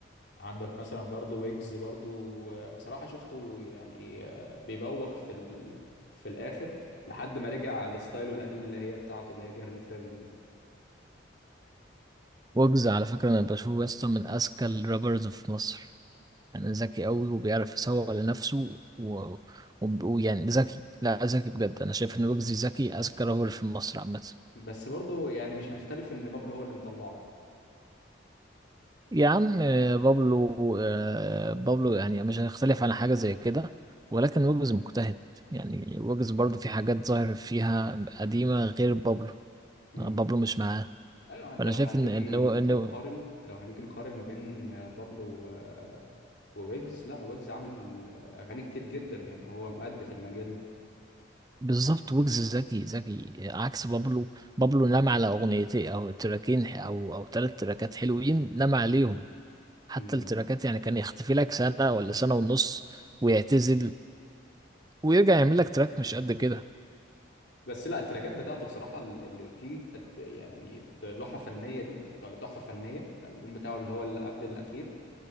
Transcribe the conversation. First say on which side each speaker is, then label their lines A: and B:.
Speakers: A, on the left; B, on the right.
A: عندك مثلا برضو ويجز برضو آه، بصراحه شفته يعني آه، بيبوخ في ال... في الاخر لحد ما رجع لستايله القديم اللي هي بتاعته اللي هي جيرل فريند دي
B: ويجز على فكرة أنا بشوفه يسطا من أذكى الرابرز في مصر يعني ذكي أوي وبيعرف يسوق لنفسه و... و... ويعني ذكي لا ذكي بجد أنا شايف إن ويجز ذكي أذكى رابر في مصر عامة
A: بس برضو يعني مش هنختلف ان بابلو هو اللي مطلعه
B: يا عم آه، بابلو آه، بابلو يعني مش هنختلف على حاجة زي كده ولكن ويجز مجتهد يعني ويجز برضه في حاجات ظاهر فيها قديمة غير بابلو
A: مم.
B: آه، بابلو مش معاه
A: ايوه ده
B: فأنا
A: لو
B: شايف
A: هنيجي
B: إن إن هو- إن
A: نقارن
B: هو-
A: لو هنيجي نقارن ما بين آه، بابلو و... آه، وويجز لا ويجز عامل آه، اغاني كتير جدا ويعني هو مأدي في المجال ده
B: بالظبط ويجز ذكي ذكي عكس بابلو بابلو نام على أغنيتين أو تراكين ح- أو أو تلات تراكات حلوين نام عليهم حتى
A: مم.
B: التراكات يعني كان يختفي لك سنة ولا سنة ونص ويعتزل ويرجع يعمل لك تراك مش قد كده
A: بس لا التراكات بتاعته بصراحه اللي فيه ات- يعني لوحه فنيه دي ولا تحفه فنيه الالبوم بتاعه اللي هو اللي قبل الاخير